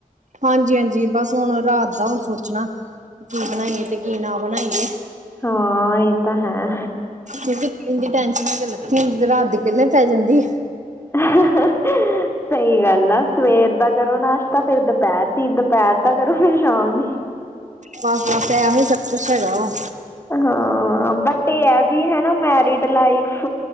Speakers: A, on the right (about 55°); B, on the left (about 15°).
A: ਹਾਂਜੀ ਹਾਂਜੀ ਬਸ ਹੁਣ ਰਾਤ ਦਾ ਹੁਣ ਸੋਚਣਾ? ਕੀ ਬਣਾਈਏ ਤੇ ਕੀ ਨਾ ਬਣਾਈਏ?
B: ਹਾਂ ਇਹ ਤਾਂ ਹੈ
A: ਕਿਉਂਕਿ। ਦਿਨ ਦੀ ਟੈਨਸ਼ਨ ਹਜੇ ਲੱਥੀ ਨਹੀਂ ਹੁੰਦੀ ਤੇ ਰਾਤ ਦੀ ਪਹਿਲੇ ਪੈ ਜਾਂਦੀ ਹੈ।
B: ਸਹੀ ਗੱਲ ਆ। ਸਵੇਰ ਤੱਕ। ਕਰੋ ਨਾਸ਼ਤਾ ਫਿਰ ਦੁਪਹਿਰ ਦੀ ਦੁਪਹਿਰ ਦਾ ਕਰੋ ਫੇਰ ਸ਼ਾਮ ਦੀ।
A: ਬਸ ਬਸ ਇਹੋ ਹੀ ਸਭ ਕੁਛ ਹੈਗਾ ਵਾ।
B: ਹਾਂ ਬਟ ਇਹ ਹੈ ਵੀ ਹਨ ਨਾ ਮੈਰਿਡ। ਲਾਈਫ।